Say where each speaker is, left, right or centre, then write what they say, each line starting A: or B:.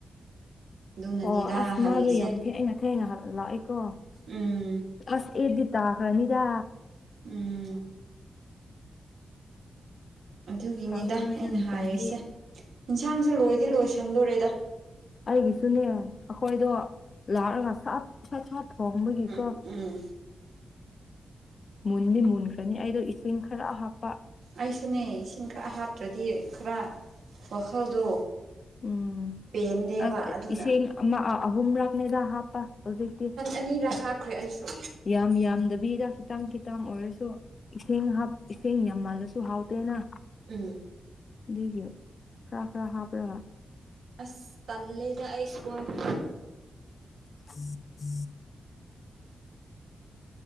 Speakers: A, on the right; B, on the left.
A: ꯑꯗꯨꯅꯅꯤꯗ
B: ꯑꯣ ꯑꯁ
A: ꯍꯪꯉꯤꯁꯦ
B: ꯃꯥꯗꯣ ꯌꯥꯝ ꯊꯦꯡꯅ ꯊꯦꯡꯅ ꯍꯜ ꯂꯥꯛꯏꯀꯣ
A: ꯎꯝ
B: ꯑꯁ ꯑꯦꯗꯤꯠꯇ ꯇꯥꯈꯔꯅꯤꯗ
A: ꯎꯝ ꯑꯗꯨꯒꯤꯅꯤꯗ
B: ꯈꯥꯡꯉꯔꯣꯏꯗ
A: ꯑꯩꯅ
B: ꯃꯇꯝꯗꯤ
A: ꯍꯥꯏꯔꯤꯁꯦ ꯏꯟꯁꯥꯡꯁꯨ ꯂꯣꯏꯗꯤ ꯂꯣꯏꯁꯟꯗꯣꯔꯦꯗ
B: ꯑꯩꯒꯤꯁꯨꯅꯦ ꯑꯈꯣꯏꯗꯣ ꯂꯥꯛꯔꯒ ꯁꯠ ꯁꯠ ꯁꯠ ꯊꯣꯡꯕꯒꯤꯀꯣ
A: ꯎꯝ ꯎꯝ
B: ꯃꯨꯟꯗꯤ ꯃꯨꯟꯈ꯭ꯔꯅꯤ ꯑꯩꯗꯣ ꯏꯁꯤꯡ ꯈꯔ ꯍꯥꯞꯄ
A: ꯑꯩꯁꯨꯅꯦ ꯏꯁꯤꯡ ꯈꯔ ꯍꯥꯞꯇ꯭ꯔꯗꯤ ꯈꯔ ꯋꯥꯈꯜꯗꯣ
B: ꯎꯝ
A: ꯄꯦꯟꯗꯦꯕ
B: ꯑꯁ
A: ꯑꯗꯨꯅ
B: ꯏꯁꯤꯡ ꯑꯃ ꯑꯥ ꯑꯍꯨꯝꯔꯛꯅꯦꯗ ꯍꯥꯞꯄ ꯍꯧꯖꯤꯛꯇꯤ
A: ꯑꯅꯤꯔꯛ ꯍꯥꯞꯈ꯭ꯔꯦ ꯑꯩꯁꯨ
B: ꯌꯥꯝ ꯌꯥꯝꯗꯕꯤꯗ ꯈꯤꯇꯪ ꯈꯤꯇꯪ ꯑꯣꯏꯔꯁꯨ ꯏꯁꯤꯡ ꯍꯥꯞ ꯏꯁꯤꯡ ꯌꯥꯝꯃꯜꯂꯁꯨ ꯍꯥꯎꯇꯦꯅ
A: ꯎꯝ
B: ꯑꯗꯨꯒꯤ ꯈꯔ ꯈꯔ ꯍꯥꯞꯔꯒ
A: ꯑꯁ ꯇꯜꯂꯦꯗ ꯑꯩ ꯁ꯭ꯀꯨꯜ <unintelligible>
B: <unintelligible>